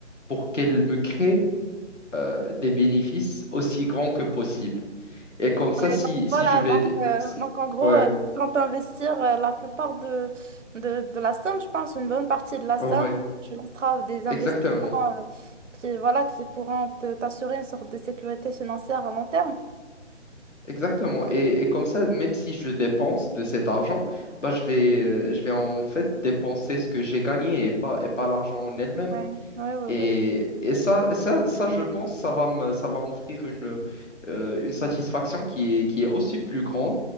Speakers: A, on the left; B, on the right.
A: pour qu'elle me crée euh, des bénéfices aussi grands que possible. Et comme ça,
B: Et
A: si,
B: donc, voilà,
A: si je vais...
B: donc, euh,
A: si-
B: donc en gros,
A: Ouais,
B: euh, quand tu investis la plupart de, de, de la somme, je pense une bonne partie de la somme,
A: ouais,
B: tu lanceras des investissements
A: exactement.
B: euh, qui, voilà, qui pourront te- t'assurer une sorte de sécurité financière à long terme.
A: Exactement. Et, et comme ça, même si je dépense de cet argent, bah, je vais, euh, je vais en fait dépenser ce que j'ai gagné et pas, et pas l'argent en elle-même.
B: Ouais, ouais, ouais,
A: Et,
B: ouais.
A: et ça, ça, ça, je pense, ça va me, ça va m'offrir une, euh, une satisfaction qui est, qui est aussi plus grande